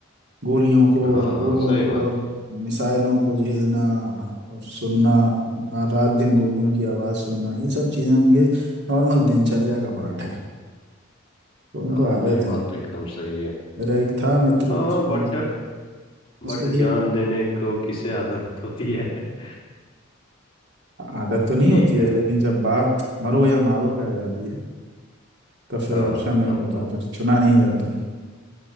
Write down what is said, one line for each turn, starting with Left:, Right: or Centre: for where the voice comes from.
Right: गोलियों को
Left: हाँ
Right: और
Left: हाँ
Right: गोलों
Left: सही बात
Right: को और मिसाइलों को झेलना और सुनना आ, रात दिन गोलियों की आवाज़ सुनना ये सब चीज़ें उनके नॉर्मल दिनचर्या का पार्ट है तो उनको
Left: हाँ हाँ
Right: आदत
Left: ये
Right: है
Left: बात तो एकदम सही है
Right: मेरा एक था मित्र
Left: हाँ
Right: कश्मीर
Left: बट
Right: से उसके
Left: बट
Right: लिए
Left: जान देने को किसे आदत होती है <laughs>
Right: आदत
Left: बट
Right: तो नहीं
Left: ठीक
Right: होती
Left: है
Right: है लेकिन जब बात मरो या मारो पे आ जाती है तब फिर
Left: हाँ
Right: ऑप्शन नहीं
Left: तब
Right: होता
Left: तो
Right: फिर चुना नहीं जाता